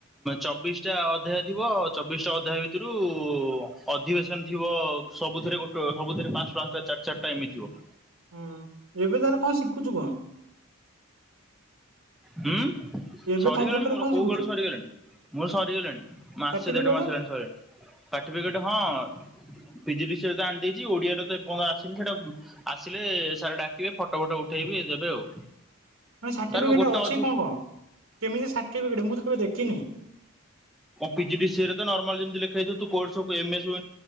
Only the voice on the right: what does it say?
ହୁଁ ଏବେ ତାହେଲେ କଣ ଶିଖୁଛୁ କଣ?
ଏବେ
କମ୍ପ୍ୟୁଟରରେ
କଣ
ଶିଖୁଛୁ?
ସାର୍ଟିଫିକେଟ
ତମ ସାର୍ଟିଫିକେଟ୍
ରେ ଅଛି
କଁ କଁ କେମିତି ସାର୍ଟିଫିକେଟ୍ ମୁଁ ତ କେବେ ଦେଖିନି?